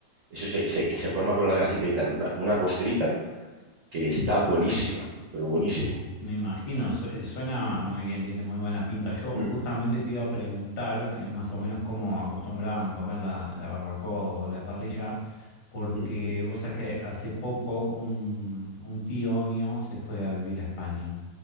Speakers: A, on the right; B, on the left.
A: eso se, se- se forma con la grasita y tal, una, una costrita que está buenísima, pero buenísimo.
B: Mm, Me imagino, su- eh, suena muy bien, tiene muy buena pinta. Yo
A: Mm,
B: justamente te iba a preguntar que más o menos cómo acostumbraban comer la, la barbacoa o la parrilla, porque
A: mm.
B: vos sabés que hace poco un, un tío mío se fue a vivir a España.